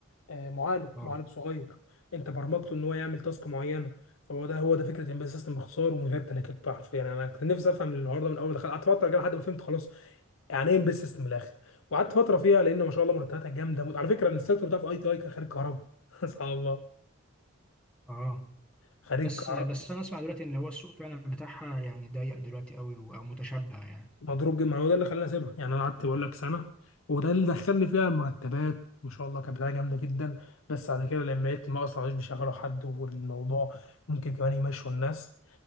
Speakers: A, on the left; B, in the centre.
A: آه معالج
B: اه
A: معالج صغير انت برمجته ان هو يعمل تاسك معينه فهو ده هو ده فكره امبيد سيستم باختصار ومن غير تلكيك بقى حرفيا يعني انا كنت نفسي افهم الحوار ده من اول ما دخلت قعدت فتره كده لحد ما فهمت خلاص يعني ايه امبيد سيستم من الاخر وقعدت فتره فيها لان ما شاء الله مرتباتها جامده موت على فكره الانستراكتور بتاع في اي تي اي كان خريج كهرباء <laughs> سبحان الله
B: اه
A: خريج
B: بس
A: كهرباء
B: بس انا اسمع دلوقتي ان هو السوق فعلا بتاعها يعني ضيق دلوقتي قوي او متشبع يعني
A: مضروب جدا ما هو ده اللي خلاني اسيبها يعني انا قعدت بقول لك سنه وده اللي دخلني فيها المرتبات ما شاء الله كانت بتاعه جامده جدا بس بعد كده لما لقيت ما اصلا مش بيشغلوا حد والموضوع ممكن كمان يمشوا الناس